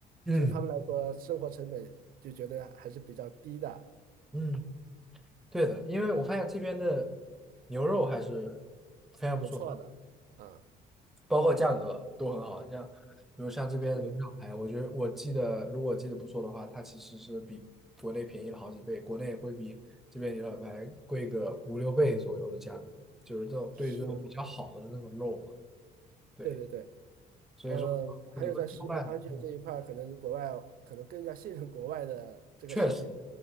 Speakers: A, in the centre; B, on the right.
A: 嗯
B: 从他们来说，生活成本就觉得还是比较低的，
A: 嗯，对的，因为我发现这边的牛肉还是非常不错的。
B: 不错的啊，
A: 包括价格都很好，像比如像这边的牛小排，
B: 是
A: 我觉得我记得如果记得不错的话，它其实是比国内便宜了好几倍，国内会比这边牛小排贵个五六倍左右的价格，就是这种对于这种比较好的那种肉嘛，
B: 是，
A: 对，
B: 对对对。
A: 所以说
B: 呃，还有在食品安全这一块儿可能国外可能更加信任国外的这个食品的
A: 你会做饭，嗯确实